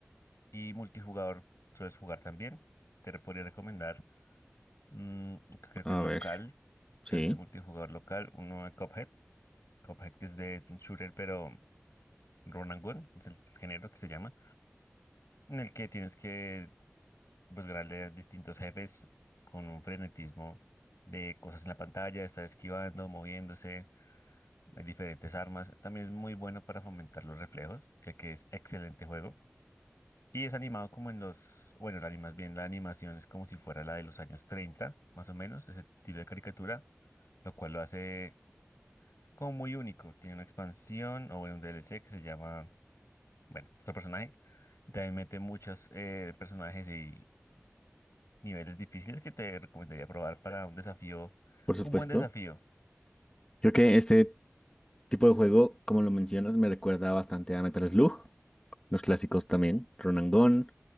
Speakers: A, on the left (about 75°); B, on the left (about 20°).
A: Y multijugador, ¿sueles jugar también? Te re- podría recomendar, mm, que creo
B: A
A: que es local,
B: ver, sí,
A: creo que es multijugador local, uno de Cuphead, Cuphead que es de shooter, pero run and gun, es el género que se llama, en el que tienes que buscarle a distintos jefes con un frenetismo de cosas en la pantalla, estar esquivando, moviéndose, hay diferentes armas. También es muy bueno para fomentar los reflejos, ya que es excelente juego. Y es animado como en los, bueno, la animas bien, la animación es como si fuera la de los años 30 más o menos, ese estilo de caricatura, lo cual lo hace como muy único. Tiene una expansión o bueno, un DLC que se llama, bueno, este personaje. Y también mete muchos eh, personajes y Niveles difíciles que te recomendaría probar para un desafío,
B: por supuesto.
A: un buen desafío.
B: Creo que este tipo de juego, como lo mencionas, me recuerda bastante a Metal Slug, los clásicos también, Run and Gun,